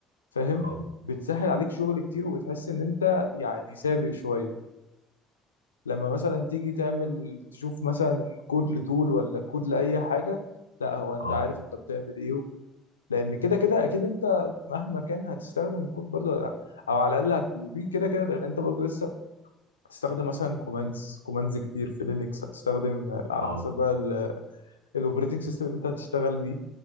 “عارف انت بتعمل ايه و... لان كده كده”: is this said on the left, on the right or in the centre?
Left